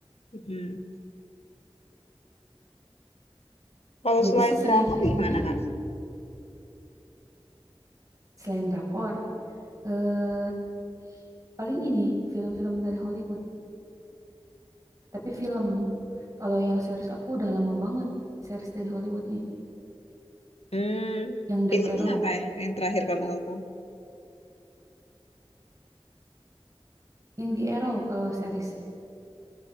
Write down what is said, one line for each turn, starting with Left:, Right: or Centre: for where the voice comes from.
Left: Mm. Kalau
Right: Jadi
Left: selain
Right: si science
Left: drakor
Right: fictionnya
Left: gimana kan?
Right: selain drakor, eh, paling ini film-film dari Hollywood. tapi film. Kalau yang series aku udah lama banget series dari Hollywoodnya.
Left: Hmm,
Right: Yang The
Left: filmnya
Right: Arrow,
Left: apa ya yang terakhir kamu nonton?
Right: yang The Arrow kalau series